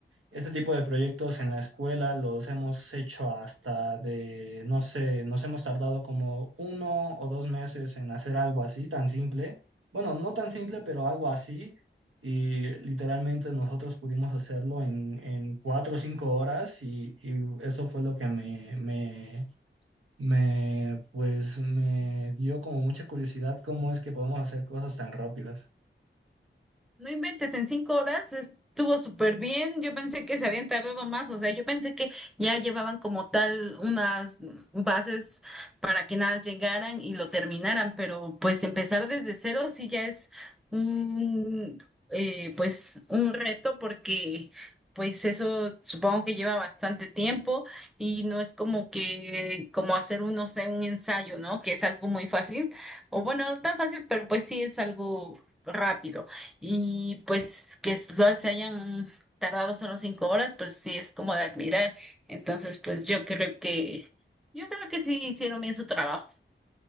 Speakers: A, on the right; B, in the centre.
A: ese tipo de proyectos en la escuela los hemos hecho hasta de, no sé, nos hemos tardado como uno o dos meses en hacer algo así, tan simple. Bueno, no tan simple, pero algo así. Y literalmente nosotros pudimos hacerlo en, en cuatro o cinco horas y, y eso fue lo que me, me me, pues me dio como mucha curiosidad cómo es que podemos hacer cosas tan rápidas.
B: No inventes, en cinco horas estuvo súper bien. Yo pensé que se habían tardado más, o sea, yo pensé que ya llevaban como tal unas bases para que nada llegaran y lo terminaran, pero pues empezar desde cero sí ya es un, eh, pues un reto porque pues eso supongo que lleva bastante tiempo y no es como que, como hacer un, no sé, un ensayo, ¿no? Que es algo muy fácil, o bueno, no tan fácil, pero pues sí es algo rápido. Y pues que solo se hayan tardado solo cinco horas, pues sí es como de admirar. Entonces, pues yo creo que, yo creo que sí hicieron bien su trabajo.